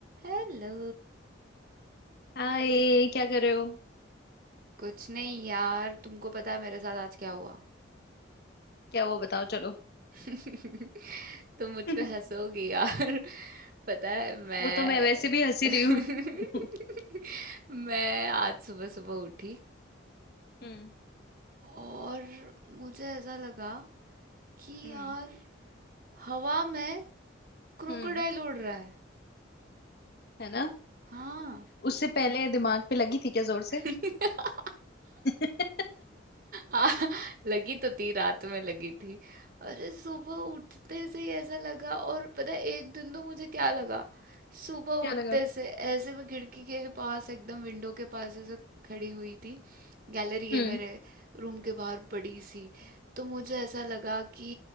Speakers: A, on the right; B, on the left.
A: Hello
B: हाय क्या कर रहे हो
A: कुछ नहीं यार तुमको पता है मेरे साथ आज क्या हुआ
B: क्या वो बताओ चलो
A: <laughs> तुम मुझ
B: <laughs>
A: पे हंसोगी यार <laughs> पता है मैं
B: वो तो मैं वैसे भी हंसी रही
A: <laughs>
B: हूँ <laughs>
A: मैं आज सुबह सुबह उठी
B: हम्म
A: और मुझे ऐसा लगा कि
B: हम्म
A: यार हवा में क्रोकोडाइल
B: हम्म
A: उड़ रहा है
B: है ना
A: हाँ
B: उससे पहले दिमाग पे लगी थी क्या जोर
A: <laughs>
B: से <laughs>
A: आ, लगी तो थी रात में लगी थी अरे सुबह उठते से ही ऐसा लगा और पता है एक दिन तो मुझे क्या लगा सुबह
B: क्या
A: उठते
B: लगा
A: से ऐसे मैं खिड़की के पास एकदम विंडो के पास ऐसे खड़ी हुई थी गैलरी
B: हम्म
A: है मेरे रूम के बाहर बड़ी सी तो मुझे ऐसा लगा कि